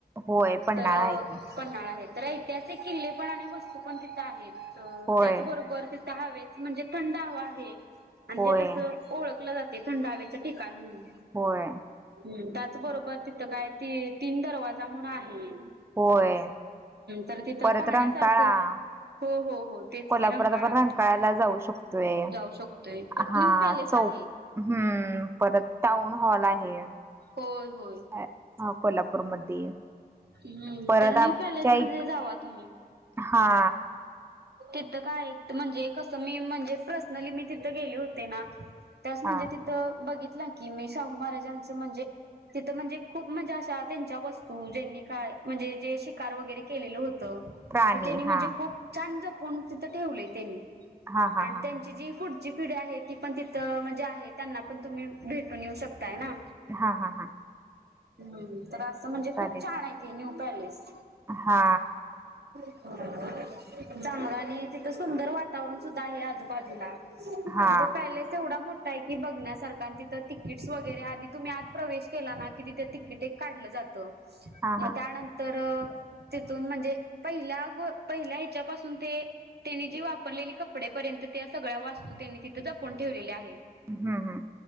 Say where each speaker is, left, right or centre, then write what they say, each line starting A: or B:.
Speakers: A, on the right (about 15°); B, on the right (about 85°).
A: होय पन्हाळा
B: तर
A: आहे की
B: पन्नाळा आहेत. तर ऐतिहासिक किल्ले पण आणि वस्तू पण तिथं आहेत
A: होय
B: त्याचबरोबर तिथ हवेच म्हणजे थंड हवा आहे, आणि
A: होय
B: ते तस ओळखलं जाते, थंड हवेचं ठिकाण म्हणून.
A: होय.
B: ह त्याचबरोबर तिथं काय त तीन दरवाजा म्हणन आहे.
A: होय
B: तर तिथं
A: परत
B: पाहण्यासारखं
A: रंकाळा
B: हो हो हो तेच
A: कोल्हापुरात
B: कि रंकाळा
A: आपण रंकाळ्याला जाऊ शकतोय
B: जाऊ शकतोय पर
A: हा
B: न्यू पॅलेस
A: चौ
B: आहे.
A: हम्म परत टाऊन हॉल आहे.
B: होय होय.
A: हा कोल्हापूरमध्ये.
B: हम्म
A: परत
B: तर न्यू
A: आपच्या
B: पॅलेस
A: एक
B: मध्ये जावा तुम्ही.
A: हा.
B: तिथं काय म्हणजे कसं मी म्हणजे पर्सनली मी तिथं गेले होते ना. त्या वेळेस म्हणजे
A: हा
B: तिथं बघितलं की मी शाहू महाराजांचं म्हणजे, तिथं म्हणजे खूप म्हणजे अशा त्यांच्या वस्तू ज्यांनी काय म्हणजे जे शिकार वगैरे केलेले होत त
A: प्राणी
B: तेनी म्हणजे
A: हा
B: खूप छान जपून तिथं ठेवले त्यानी.
A: हा हा
B: आणि
A: हा
B: त्यांची जी पुढची पिढी आहे ती पण तिथं म्हणजे आहे त्यांना पण तुम्ही भेटून येऊ शकताय ना.
A: हा हा हा
B: हम्म तर असं म्हणजे
A: चालेल
B: खूप छाने ते न्यू पॅलेस
A: हा.
B: चांगलं आणि तिथं सुंदर वातावरण सुद्धा आहे आजूबाजूला.
A: हा
B: आणि तो पॅलेस एवढा मोठा आहे की बघण्यासार कारण तिथं तिकीट्स वगैरे आधी तुम्ही आत प्रवेश केला ना की तिथे तिकीट एक काढलं जात. त
A: हा हा
B: म त्यानंतर तीथुन म्हणजे पहिल्या गो पहिल्या त्याच्यापासून ते त्यांनी जी वापरलेली कपडे पर्यंत त्या सगळ्या वास्तू त्यांनी तिथे जपून ठेवलेल्या आहे.
A: हम्म हम्म.